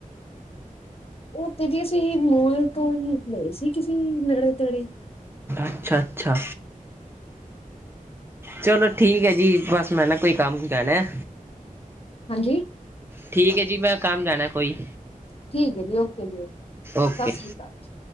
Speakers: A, on the left; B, on the right.
A: ਉਹ ਤੇ ਜੀ ਅਸੀਂ ਮੋਲ ਤੋਂ ਹੀ ਲਏ ਸੀ ਕਿਸੇ ਨੇੜੇ- ਤੇੜੇ।
B: ਅੱਛਾ- ਅੱਛਾ ਚਲੋ- ਠੀਕ ਐ ਜੀ ਬਸ ਮੈਂ ਨਾ ਕੋਈ ਕੰਮ ਜਾਨਾ ਐ।
A: ਹਾਂਜੀ?
B: ਠੀਕ ਏ ਜੀ, ਮੈਂ ਕਾੰਮ ਜਾਣਾ ਏ ਕੋਈ।
A: ਠੀਕ ਏ ਜੀ, ਓਕੇ ਜੀ ਓਕੇ,
B: ਓਕੇ
A: ਸਾਸ਼੍ਰੀ ਕਾਲ ਜੀ।